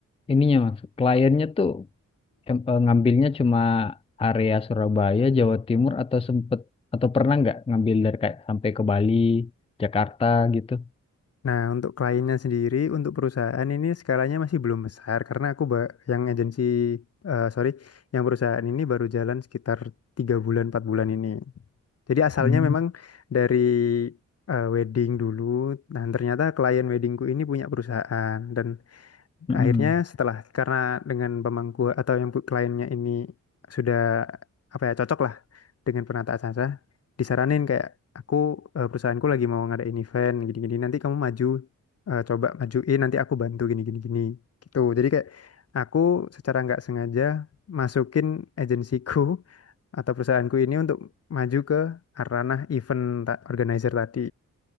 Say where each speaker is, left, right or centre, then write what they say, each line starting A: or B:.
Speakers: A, on the left; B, on the left.
A: ininya mas, kliennya tuh em- eh, ngambilnya cuma area Surabaya, Jawa Timur atau sempet atau pernah nggak ngambil dari kayak sampai ke Bali, Jakarta gitu?
B: Nah, untuk kliennya sendiri, untuk perusahaan ini skalanya masih belum besar karena aku ba- yang agensi, eh sorry, yang perusahaan ini baru jalan sekitar tiga bulan, 4 bulan ini. Jadi asalnya
A: Hmm.
B: memang dari eh, wedding dulu. Nah, ternyata klien weddingku ini punya perusahaan dan
A: mm-mm.
B: Akhirnya setelah karena dengan pemangku atau yang bu- kliennya ini sudah apa ya cocok lah dengan penataan acara, disaranin kayak aku eh, perusahaanku lagi mau ngadain event gini-gini nanti kamu maju eh, coba majuin nanti aku bantu gini-gini gini gitu. Jadi kayak aku secara nggak sengaja masukin agensiku <laughs> atau perusahaanku ini untuk maju ke ranah event ta- organizer tadi.